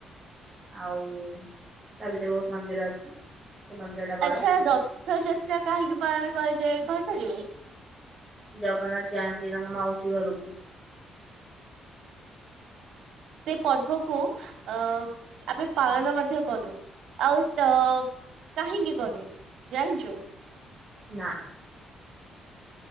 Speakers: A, on the right; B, on the right.
A: ଆଉ ତା ଭିତରେ ବହୁତ ମନ୍ଦିର ଅଛି। ସେ ମନ୍ଦିର ଟା ବଡ
B: ଆଚ୍ଛା। ରଥଯାତ୍ରା କାହିଁକି ପାଳନ କରାଯାଏ କହିପାରିବୁ? -
A: ଜଗନ୍ନାଥ ଯାଆନ୍ତି ତାଙ୍କ ମାଉସୀ ଘରକୁ।
B: ସେ ପର୍ବକୁ ଅ ଆମେ ପାଳନ ମଧ୍ୟ କରୁ ଆଉ ସ କାହିଁକି କରୁ ଜାଣିଛୁ?
A: ନା।